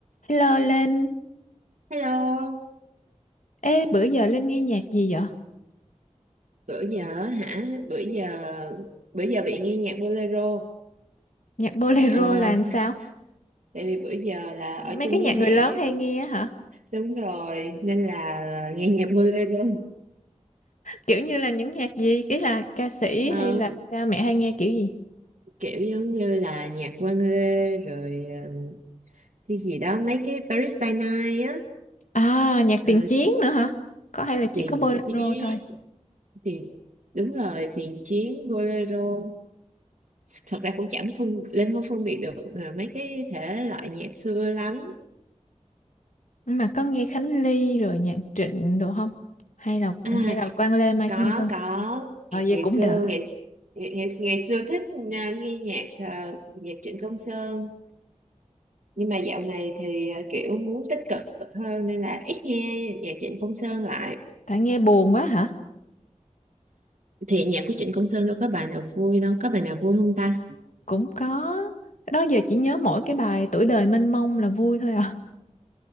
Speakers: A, on the left; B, on the right.
A: Hello Linh,
B: Hello,
A: ê bữa giờ Linh nghe nhạc gì vậy?
B: bữa giờ hả? Bữa giờ bữa giờ bị nghe nhạc bolero.
A: Nhạc bolero
B: Ờ,
A: là làm sao?
B: <laughs> tại vì bữa giờ là ở
A: Mấy
B: chung
A: cái
B: với
A: nhạc
B: mẹ.
A: người lớn hay nghe á hả?
B: Đúng rồi, nên là nghe nhạc bolero.
A: Kiểu như là những nhạc gì? Ý là ca sĩ
B: Ờ,
A: hay là cha mẹ hay nghe kiểu gì?
B: kiểu giống như là nhạc Quang Lê rồi ờ, cái gì đó mấy cái Paris by Night á,
A: À, nhạc
B: Ờ,
A: tiền chiến nữa hả? Có hay là chỉ
B: tiền
A: có bolero
B: chiến,
A: thôi?
B: tiền đúng rồi, tiền chiến bolero. Thật ra cũng chẳng phân lên không phân biệt được ờ, mấy cái thể loại nhạc xưa lắm.
A: Nhưng mà có nghe Khánh Ly rồi nhạc Trịnh đồ không? Hay là
B: À
A: hay là Quang Lê Mai
B: có
A: Thiên Vân?
B: có
A: Ờ
B: ngày,
A: vậy
B: ngày
A: cũng
B: xưa
A: đỡ.
B: ngày, ngày ngày ngày xưa thích à, nghe nhạc à, nhạc Trịnh Công Sơn nhưng mà dạo này thì à, kiểu muốn tích cực hơn nên là ít nghe nhạc Trịnh Công Sơn lại
A: Tại nghe buồn quá hả?
B: thì nhạc của Trịnh Công Sơn đâu có bài nào vui đâu có bài nào vui không ta
A: Cũng có. Đó giờ chỉ nhớ mỗi cái bài Tuổi đời mênh mông là vui thôi à.